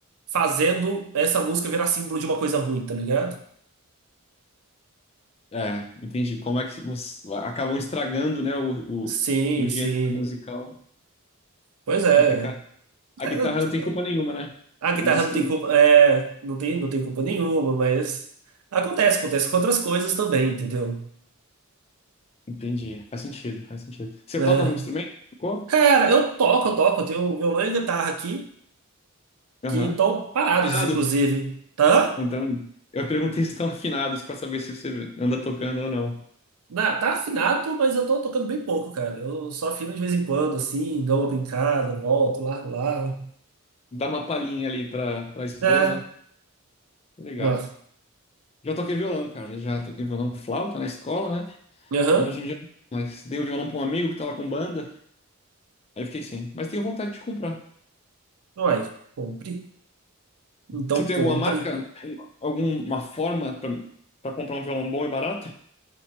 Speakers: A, on the right; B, on the left.
A: fazendo essa música virar símbolo de uma coisa ruim, tá ligado?
B: É, entendi. Como é que você... acabam estragando, né, o,
A: Sim,
B: o, um gênero
A: sim.
B: musical
A: Pois é.
B: complicado. A
A: É,
B: guitarra não tem culpa nenhuma, né?
A: A
B: O
A: guitarra
B: instrumento.
A: não tem culpa, é, não tem, não tem culpa nenhuma, mas acontece, acontece com outras coisas também, entendeu?
B: Entendi. Faz sentido, faz sentido. Você
A: É.
B: toca algum instrumento? Tocou?
A: Cara, eu toco, eu toco, eu tenho um violão e guitarra aqui.
B: Aham.
A: que estão parados,
B: Tá afinado?
A: inclusive. Tá?
B: Então, eu perguntei se estão afinados para saber se você anda tocando ou não.
A: Na, tá afinado, mas eu tô tocando bem pouco, cara. Eu só afino de vez em quando, assim, dou uma brincada, volto, largo lá.
B: Dá uma palhinha ali pra, pra esposa.
A: É,
B: Legal.
A: nossa.
B: Já toquei violão, cara. Já toquei violão flauta na escola, né?
A: Aham.
B: Mas hoje em dia. não. Mas dei o violão pra um amigo que tava com banda. Aí eu fiquei sem. Mas tenho vontade de comprar.
A: Uai, compre. Então
B: Você tem
A: compre.
B: alguma marca? Alguma forma para comprar um violão bom e barato?